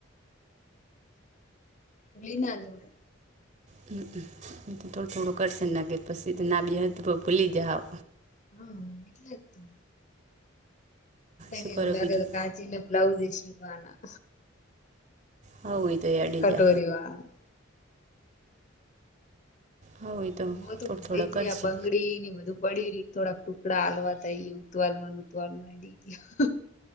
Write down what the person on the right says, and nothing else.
હ તો થોડું થોડું કરશે ને કેે પછી ના બી હ તો ભૂલી જ હાવ
શું
કરો
બીજું
હ એ તો એડી
જહે.
હા એ
થોડો
થોડો
કરશે